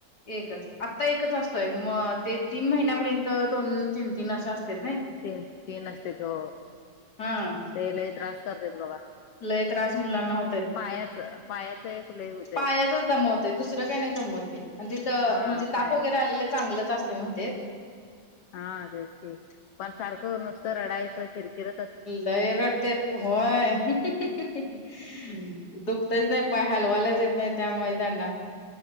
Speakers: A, on the left; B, on the left.
A: एकच आता एकच असतोय म ते तीन महिन्यापर्यंत दोन तीन तीन अशे असत्यात नाही
B: तीन तीन असतेत हो
A: हम
B: ते लई त्रास करत्यात बघा.
A: लय त्रास मुलांना हो
B: पायाच पायाच एक लय होतय
A: पायातच दमवत दुसरं काही नाही दमवते आणि तिथं
B: हा
A: म्हणज तप
B: पाया
A: वगैरे आलेलं चांगलंच असत ते म्ह ते
B: हा रच की पण सारखं नुसतं रडायचं किरकिर
A: लै रडते होय. दुखतच नाही पाय हलवायलाच येत नाही त्यामुळे त्यांना